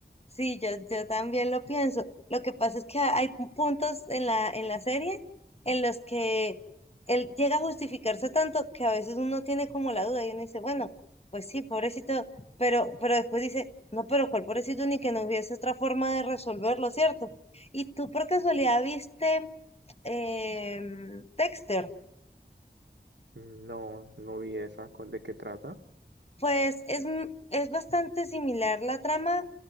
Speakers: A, on the left (about 35°); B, on the right (about 80°).
A: Sí, yo, yo también lo pienso. Lo que pasa es que hay pu- puntos en la, en la serie en los que él llega a justificarse tanto que a veces uno tiene como la duda y uno dice, bueno, pues sí, pobrecito, pero, pero después dice, no, pero cuál pobrecito ni que no hubiese otra forma de resolverlo, ¿cierto? Y tú por casualidad viste em, Dexter,
B: Mm, No, no vi esa. ¿Cu- ¿De qué trata?
A: pues es, m- es bastante similar la trama,